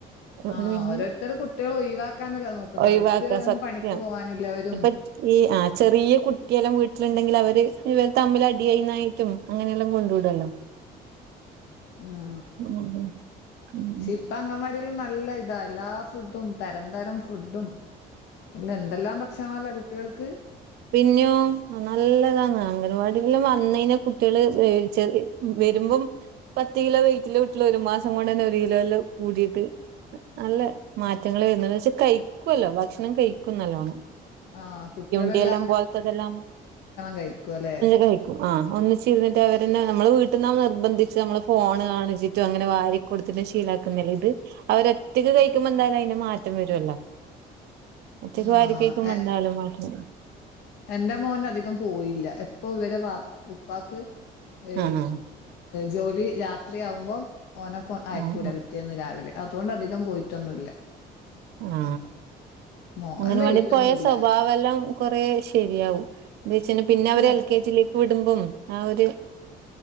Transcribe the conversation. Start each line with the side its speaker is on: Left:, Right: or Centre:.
Left: ആ...
Right: പിന്നെ
Left: ഓരോരുത്തർ കുട്ട്യാളെ ഒഴിവാ... ക്കാനല്ലെ നോക്കുന്ന
Right: ഒഴിവാക്കാം
Left: അവർക്ക്
Right: സത്യം
Left: പണിക്ക് പോവാനില്ലവരും
Right: ഇപ്പൊ ഈ ആ.. ചെറിയ കുട്ടിയെല്ലാം വീട്ടില്ണ്ടെങ്കി അവര് ഇവർ തമ്മിലഡിയായിന്നാക്കും അങ്ങനെല്ലാം കൊണ്ട് വിടൊല്ലോ...
Left: ആ...
Right: ഉം ഉം
Left: ക്ഷെ ഇപ്പ അംഗൻവാടിയെ ല്ലതാ... എല്ലാ ഫുഡും തരം തരം ഫുഡുംഎല്ല എന്തെല്ലാം ഭക്ഷണാല്ലെ കുട്ടികൾക്ക്‌
Right: പിന്യോ.... നല്ലതാന്ന് അംഗൻവാടില് വന്നയ്ഞാ കുട്ട്യാള് വെൽ ചെ വരുമ്പം പത്ത് കിലോ വെയ്റ്റ്ള്ള കുട്ട്യാള് ഒരുമാസം കൊണ്ട് ഒരു കിലോയ്ല് കൂടീട്ട് നല്ല മാറ്റങ്ങള് വരുന്നണ്ട് ക്ഷെ കഴിക്കല്ലോ.... ഭക്ഷണം കഴിക്കും നല്ലോണം
Left: ആ.... കുട്ട്യാല്
Right: ടിയെല്ലാം പോലത്തതെല്ലാം
Left: കഴിക്കും അല്ലെ
Right: കഴിക്കും അ ഒന്നിച്ചിര്ന്ന്ട്ട് അവരെന്നെ നമ്മള് വീ ട്ട്ന്നവ് നിർബന്ധിച്ച് നമ്മള് ഫോൺ കാണിച്ചിട്ടും അങ്ങനെ വാരി കൊടുത്തിട്ടും ശീലക്കുന്നില്ലെ ഇത് അവരൊറ്റ കഴിക്കുമ്പെന്തായും അതിന്റെ മാറ്റം വരല്ലോ ഒറ്റക്ക്
Left: ആഹ്
Right: വാരികഴിക്കുമ്പോന്തായാലും
Left: എ
Right: മാറ്റം വരും.
Left: എന്റെ മോൻ അധികം പോയില്ല എപ്പൊ ഇവരെ ഉപ്പാക്ക് എ..
Right: ആ ആ
Left: ജോലി രാത്രിയാവുമ്പോ ഓനപ്പോ അയക്കൂല
Right: ആ
Left: പിറ്റേന്ന് രാലെ. അതൊണ്ട് അധികം പോയിട്ടൊന്നുല്ല.
Right: ആ.
Left: മോൻ
Right: അംഗന
Left: വെയിറ്റ്
Right: വാടി പോയ
Left: ഒന്നുല്ല
Right: സ്വഭാവെല്ലാം കൊറെ ശെ ശരിയാവും ന്തവെചാൽ പിന്നെ അവരെ
Left: ഇല്ല
Right: എൽ കെ ജിലേക്ക് വിടുമ്പം ആ ഒരു